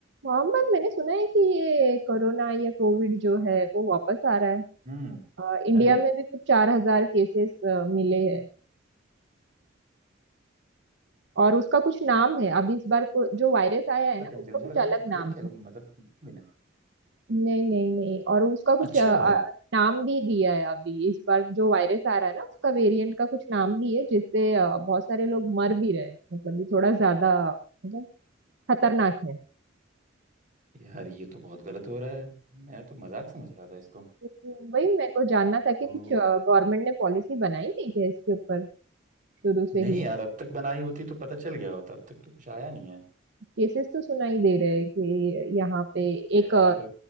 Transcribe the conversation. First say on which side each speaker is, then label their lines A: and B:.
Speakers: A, on the right; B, on the right.
A: हाँ मैम मैंने सुना है कि ये कोरोना या कोविड जो है वो वापस आ रहा है
B: हम्म
A: आ, इंडिया
B: अरे
A: में भी कुछ चार हजार केसेस मिले हैं और उसका कुछ नाम है अब इस बार को, जो वायरस आया है
B: लगा
A: ना
B: कहीं
A: उसका
B: पे मुझे
A: कुछ
B: लगा
A: अलग
B: कि फेक
A: नाम
B: है
A: है
B: लोग मजाक भी ना
A: नहीं नहीं नहीं और उसका कुछ
B: अच्छा
A: अ, अ, नाम भी दिया है अभी इस बार जो वायरस आ रहा है ना उसका वेरिएंट का कुछ नाम भी है जिससे अ, बहुत सारे लोग मर भी रहे हैं। मतलब ये थोड़ा ज्यादा मतलब खतरनाक है
B: यार ये तो बहुत गलत हो रहा है मैं तो मजाक समझ रहा था इसको
A: तो वही मेरे को जानना था कि
B: तो
A: कुछ गवर्नमेंट ने पॉलिसी बनाई है क्या इसके ऊपर शुरू से
B: नहीं
A: ही
B: यार अब तक बनाई होती तो पता चल गया होता अब तक तो कुछ आया नहीं है
A: केसेस तो सुनाई दे रहे हैं कि यहाँ पे एक
B: यार